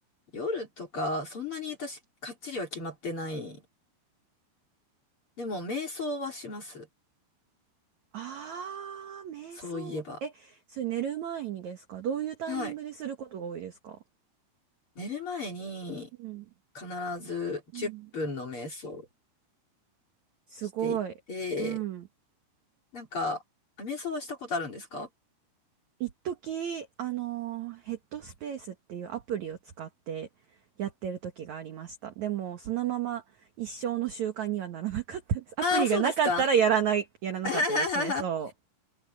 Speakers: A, on the left; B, on the right.
A: 夜とか、そんなに私、かっちりは決まってない。でも、瞑想はします。
B: ああ、瞑想。
A: そういえば。
B: え、それ寝る前にですかどういうタイミングですることが多いですか
A: はい。寝る前に、
B: うん。
A: 必ず10分の瞑想
B: うん。すごい。
A: していて、
B: うん。
A: なんか、あ瞑想はしたことあるんですか
B: 一時、あのー、ヘッドスペースっていうアプリを使ってやってる時がありました。でも、そのまま一生の習慣にはならなかったです。
A: ああー、
B: アプリがなかったらやらない、
A: そうですか。
B: やらなかったですね。
A: <laughs>
B: そ